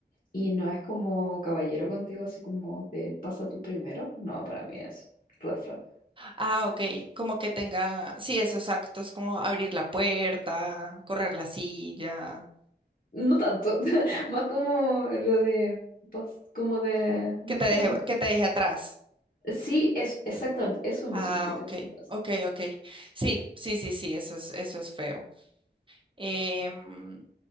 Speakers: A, on the left (about 50°); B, on the right (about 30°).
A: y no es como caballero contigo, así como de pasa tú primero, no, para mí es red flag.
B: Ah, ok, como que tenga, sí, esos actos como abrir la puerta, correr la silla,
A: No tanto, <laughs> más como lo de, pas- como de, no
B: que te
A: sé,
B: deje,
A: como...
B: que te deje atrás.
A: Sí, es exactamente eso mismo
B: Ah,
A: que te
B: ok,
A: dije atrás.
B: ok, ok. Sí, sí, sí, sí, eso es, eso es feo. Em,